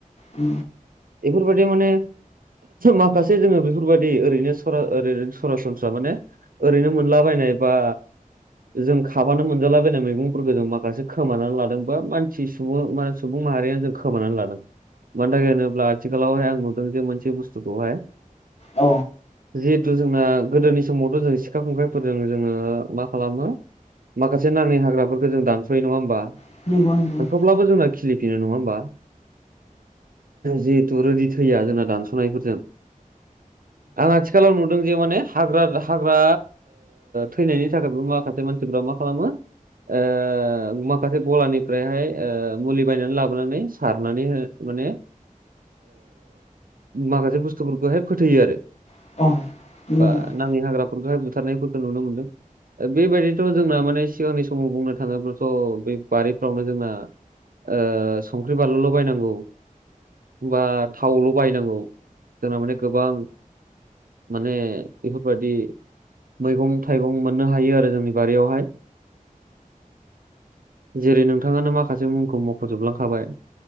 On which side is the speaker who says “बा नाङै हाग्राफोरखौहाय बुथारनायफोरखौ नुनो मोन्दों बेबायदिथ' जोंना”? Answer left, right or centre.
Right